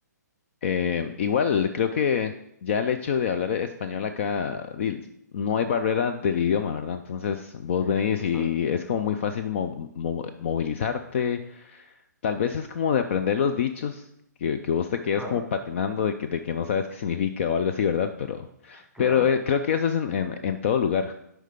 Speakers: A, on the left; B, in the centre.
A: Eh, igual, creo que ya el hecho de hablar español acá, di, no hay barrera del idioma, ¿verdad? Entonces, vos
B: sí,
A: venís
B: exacto,
A: y es como muy fácil mo- mo- movilizarte. Tal vez es como de aprender los dichos, que, que vos te quedas
B: claro,
A: como patinando de que, de que no sabes qué significa o algo así, ¿verdad? Pero,
B: claro,
A: pero eh,
B: claro.
A: creo que eso es en, en, en todo lugar.